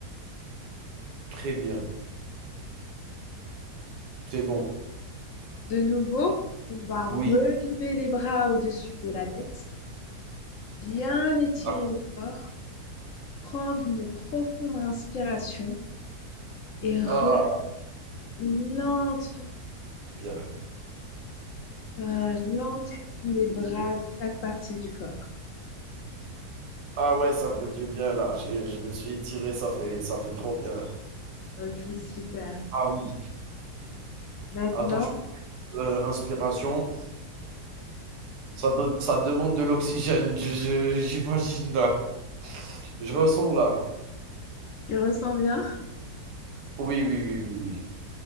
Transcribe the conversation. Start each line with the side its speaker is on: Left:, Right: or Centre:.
Right: très bien. C'est bon.
Left: De nouveau, on va
Right: Oui,
Left: relever les bras au-dessus de la tête, bien étirer
Right: d'accord.
Left: le corps, prendre une profonde inspiration et relâcher
Right: Ah,
Left: lentement,
Right: c'est bien.
Left: euh, lentement les bras
Right: C'est bien.
Left: de chaque partie du corps.
Right: Ah ouais, ça me fait du bien là. J'ai- Je me suis étiré, ça fait, ça fait trop bien.
Left: Ok, super.
Right: Ah oui.
Left: Maintenant,
Right: Attends, je- euh, inspiration. Ça, donne- ça demande de l'oxygène, je- je- j'imagine là. Je ressens là.
Left: tu ressens bien?
Right: Oui, oui, oui, oui, oui.